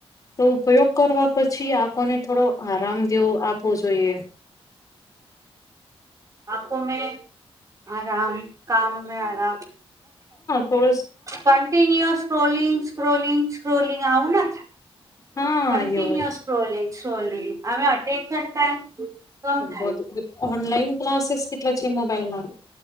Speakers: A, on the left; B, on the right.
A: તો ઉપયોગ કરવા પછી આપોને થોડો આરામ દેવો આપવો જોઈએ
B: આપકો મેં આરામ. કામ મેલા
A: થો
B: કંન્ટિન્યુઅસ ક્રોલિંગ સ્ક્રોલિંગ સ્ક્રોલિંગ આવું ના
A: હા
B: કન્ટિન્યુ
A: એવ જ
B: સોલિ સોલિંગ અમે અટેન્શન ટાઈમ કમ થાય
A: બ ઓનલાઈન ક્લાસીસ કેટલા છે મોબાઈલ માં